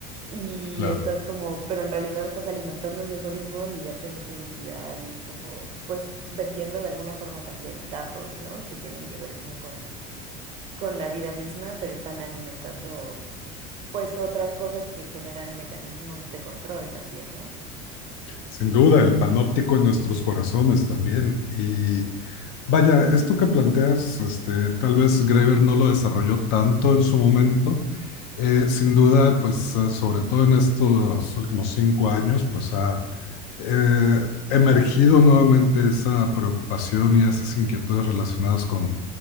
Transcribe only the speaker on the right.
y
estás como, pero en realidad estás alimentando un algoritmo y haciendo publicidad y como, pues vendiendo de alguna forma también datos, ¿no? Que tienen que ver como con, con la vida misma, pero están alimentando pues otras cosas que generan mecanismos de control también, ¿no?